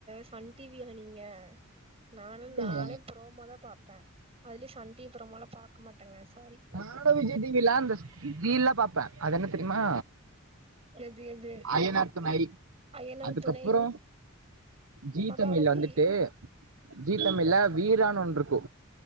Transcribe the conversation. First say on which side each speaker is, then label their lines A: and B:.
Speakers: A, on the right; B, on the right.
A: சன் டிவியா நீங்க நானெல்லா
B: இல்லங்க
A: நானே புரோமோ தா பாப்பே அதுலயு சன் டிவி புரோமோல்லா பாக்க மாட்டேங்க சாரி
B: நானு விஜய் டிவிலா அந்த <unintelligible> பாப்பே அது என்ன தெரியுமா
A: எது எது
B: ஆய்யனார் துணை
A: அயனார்
B: அதுக்கப்புறோ
A: துணை,
B: ஜி
A: மகாநதி
B: தமிழ்ல வந்துட்டு ஜி தமிழ் வீரானு ஒன்ன இருக்கு